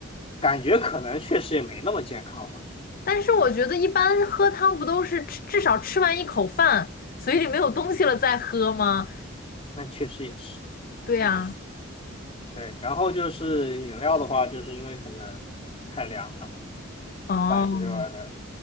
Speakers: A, on the left; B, on the left.
A: 感觉可能确实也没那么健康吧。
B: 但是我觉得一般喝汤不都是吃至少吃完一口饭，嘴里没有东西了再喝吗？
A: 但确实也是。
B: 对呀，
A: 怎么说？对，然后就是饮料的话，就是因为可能太凉了嘛，
B: 哦，
A: 饭是热的，